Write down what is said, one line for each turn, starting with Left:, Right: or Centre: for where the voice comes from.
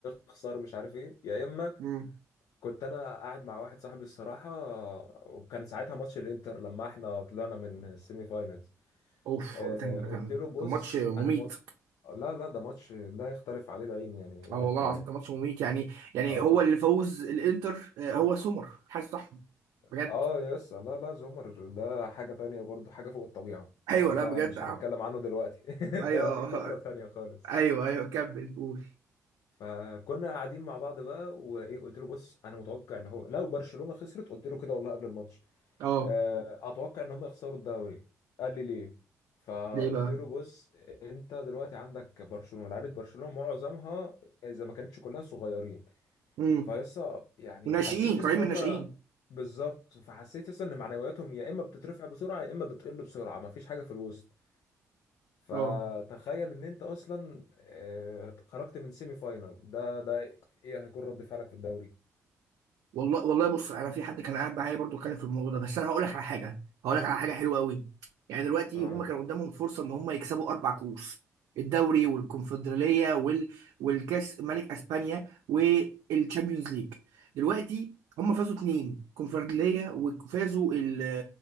Left: تخسر مش عارف ايه يا اما
Right: امم
Left: كنت انا قاعد مع واحد صاحبي الصراحه وكان ساعتها ماتش الانتر لما احنا طلعنا من السيمي فاينلز
Right: اوف
Left: آه،
Right: ده كان ده
Left: قلت
Right: كان
Left: له بص
Right: كان ماتش مميت
Left: انا م... لا لا ده ماتش لا يختلف عليه العين يعني ولا
Right: اه والله
Left: الكلام
Right: العظيم كان ماتش مميت يعني يعني
Left: اه
Right: هو اللي فوز الانتر آه، هو سومر الحارس بتاعهم
Left: اه
Right: بجد
Left: يس لا لا زومر ده حاجة تانية برضو حاجة فوق الطبيعة
Right: ايوه
Left: آه،
Right: لا
Left: ده
Right: بجد
Left: مش
Right: آه.
Left: هنتكلم عنه دلوقتي <laughs>
Right: ايوه
Left: ده ليه فقرة تانية
Right: <laughs>
Left: خالص
Right: ايوه ايوه كمل قول
Left: فكنا قاعدين مع بعض بقى وايه قلت له بص انا متوقع ان هو لو برشلونة خسرت قلت له كده والله قبل الماتش
Right: اه
Left: آه، اتوقع ان هم يخسروا الدوري قال لي ليه فقلت
Right: ليه بقى
Left: له بص انت دلوقتي عندك برشلونة لعيبة برشلونة معظمها اذا ما كانتش كلها صغيرين
Right: امم
Left: فيسا يعني
Right: وناشئين
Left: حسيت
Right: طالعين
Left: ان هما
Right: من الناشئين
Left: بالظبط فحسيت يسا ان معنوياتهم يا اما بتترفع بسرعه يا اما بتقل بسرعه مفيش حاجه في الوسط فتخيل
Right: اه
Left: ان انت اصلا آه، خرجت من سيمي فاينال ده ده ايه هيكون رد فعلك في الدوري
Right: والله والله بص انا في حد كان قاعد معايا برضو اتكلم في الموضوع ده بس انا هقول لك على حاجه هقول لك على حاجه حلوه قوي يعني دلوقتي
Left: اه
Right: هم كان قدامهم فرصه ان هم يكسبوا اربع كؤوس الدوري والكونفدراليه وال... والكاس ملك اسبانيا والتشامبيونز ليج دلوقتي هم فازوا اتنين كونفدراليه وفازوا ال